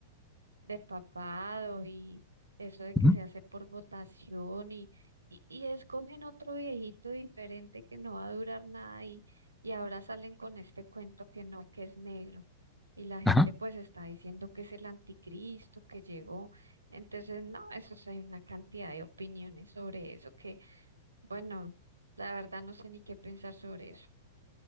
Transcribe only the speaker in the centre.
Uh
-huh.
Ajá.